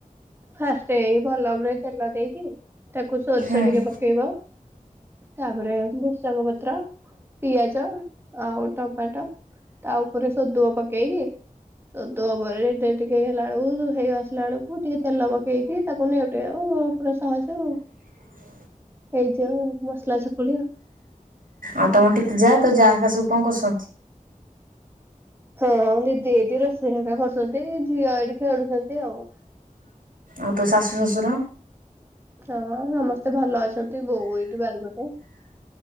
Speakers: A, on the right; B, on the right.
A: ଫାର୍ଷ୍ଟେ ଏଇ ଭଲ ଭାବରେ ତେଲ ଦେଇକି। ତାକୁ ସୋରିଷ
B: ହୁଁ
A: ଟିକେ ପକେଇବ ତାପରେ ଭୃସଙ୍ଗ ପତ୍ର, ପିଆଜ ଆଉ ଟମାଟୋ। ତା ଉପରେ ସୋଦୁଅ ପକେଇକି। ସୋଦୁଅ ପରେ ଟା ଟିକେ ହେଲା ବେଳକୁ ହେଇ ଆସିଲା ବେଳକୁ ଟିକେ ତେଲ ପକେଇକି ତାକୁ ନେଉଟେଇ ଦବ। ପୁରା ସହଜ ଆଉ।
B: ହଁ
A: ହେଇ ଯାଏ ମସଲା ଚକୁଳି।
B: ଆଉ ତମ ଟିକି ଝିଅ ଆଉ ତୋ ଯା ହେରିକା ସବୁ କଣ କରୁଛନ୍ତି?
A: ହଁ ଦି ଦି ଏଇଠି ରୋଷେଇ ହେରିକା କରୁଚନ୍ତି ଝିଅ ଏଇଠି ଖେଳୁଚନ୍ତି ଆଉ।
B: ଆଉ ତୋ ଶାଶୁ ଶଶୁର?
A: ହଁ ସମସ୍ତେ ଭଲ ଅଛନ୍ତି ବୋଉ ଏଇଠି ବାରି ପଟେ।